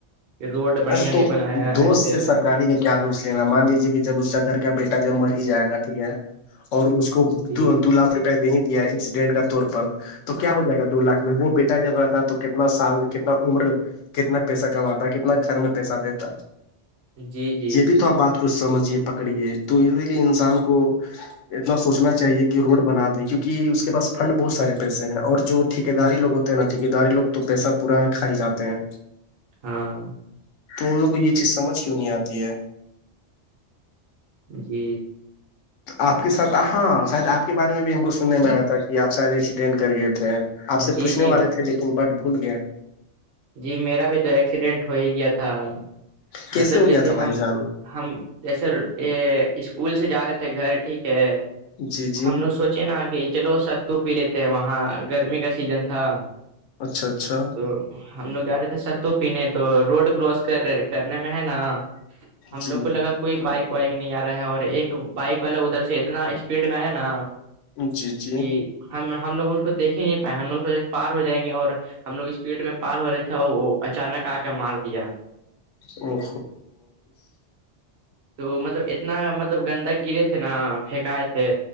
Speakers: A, on the right; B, on the left.
A: کہ روڈ
B: ہے
A: بڑھیا
B: اب
A: نہیں
B: تو
A: بنایا
B: دوست
A: ایسے
B: سے
A: ویسے
B: سرکاری کا کیا اس لینا مان لیجیے کہ جب اس کا گھر کا بیٹا جب مر ہی جائے گا ٹھیک ہے اور اس کو
A: جی
B: دو لاکھ روپئے نہیں دیا ایکسیڈنٹ کا طور پر تو کیا ہو جائے گا دو لاکھ میں وہ بیٹا جب آتا تو کتنا سال کتنا عمر کتنا پیسہ کماتا کتنا گھر میں پیسہ دیتا
A: جی جی
B: یہ بھی تو آپ بات کچھ سمجھیے پکڑیے تو اسی لیے انسان کو اتنا سوچنا چاہیے کہ روڈ بنا دے کیونکہ اس کے پاس فھنڈ بہت سارے پیسے ہیں اور جو ٹھیکے داری لگ ہوتے ہیں نا ٹھیکے داری لوگ تو پیسہ پورا ہے کھائی جاتے ہیں
A: ہاں
B: تو ان لوگ کو یہ چیز سمجھ کیوں نہیں آتی ہے
A: جی
B: آپ کے ساتھ ہاں شاید آپ کے بارے میں بھی ہم کو سننے میں آیا تھا کہ آپ شاید ایکسیڈینٹ کر گئے تھے آپ سے
A: جی
B: پوچھنے
A: جی
B: والے تھے لیکن بٹ بھول گئے
A: جی میرا بھی تو ایکسیڈینٹ ہو ہی گیا تھا
B: کیسے
A: مطلب
B: ہو
A: جیسے
B: گیا تھا بھائی
A: ہم
B: جان
A: ہم جسے یہ اسکول سے جا رہے تھے گھر ٹھیک ہے
B: جی جی
A: ہم لوگ سوچے نا کہ چلو سو پی لیتے ہیں وہاں گرمی کا سیزن تھا
B: اچھا اچھا
A: تو ہم لوگ جا رہے تھے ستو پینے تو روڈ کراس کر رہے تھے کرنے میں ہے نا ہم
B: جی
A: لوگ کو لگا کوئی بائک وائک نہیں آ رہا ہے اور ایک بائک والا ادھر سے اتنا اسپیڈ میں آیا نا
B: جی جی
A: کہ ہم ہم لوگ اس کو دیکھ ہی نہیں پائے ہم لوگ سوچ پار ہو جائیں گے اور ہم لوگ اسپیڈ میں پار ہو رہے تھے اور وہ اچانک آ کے مار دیا
B: او
A: تو مطلب اتنا مطلب گندگ گرے تھے نا پھینکائے تھے